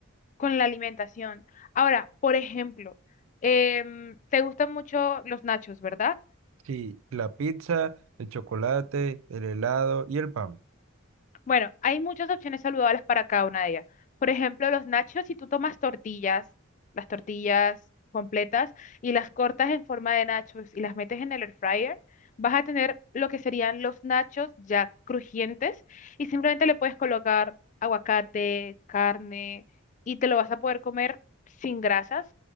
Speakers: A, on the left (about 35°); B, on the right (about 75°).
A: con la alimentación. Ahora, por ejemplo, em, te gustan mucho los nachos, ¿verdad?
B: Sí, la pizza, el chocolate, el helado y el pan.
A: Bueno, hay muchas opciones saludables para cada una de ellas. Por ejemplo, los nachos, si tú tomas tortillas, las tortillas completas y las cortas en forma de nachos y las metes en el air fryer, vas a tener lo que serían los nachos ya crujientes y simplemente le puedes colocar aguacate, carne y te lo vas a poder comer sin grasas.